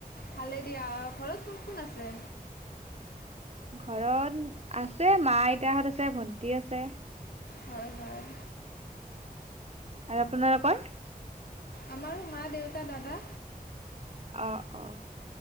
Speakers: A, on the left; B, on the right.
A: ভালে দিয়া। ঘৰত কোন কোন আছে?
B: ঘৰত আছে, মা আইতাহত আছে, ভন্টি আছে।
A: হয় হয়।
B: আৰু আপোনালোকৰ?
A: আমাৰো মা, দেউতা, দাদা।
B: অ', অ'।